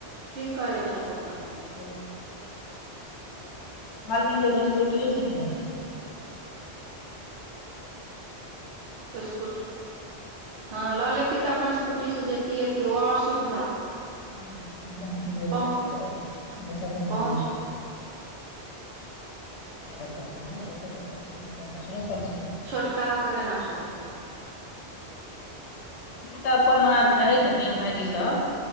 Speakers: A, on the right; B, on the left.
A: ठीक करै छथि अपन
B: <unintelligible> कलकिनजे हममे स्कूट सिखने छै
A: तऽ स्क हँ लऽ लेती तऽ अपन स्कूटी से जेती एती ओ आओर सुविधा
B: बतात त
A: पहुँ
B: ह <unintelligible>
A: पहुँच
B: बता छै ए <unintelligible> क कर छै
A: छोटका ओ के केना छोड़थिन
B: तऽ अपन मह रहै छथिन भाइजीसभ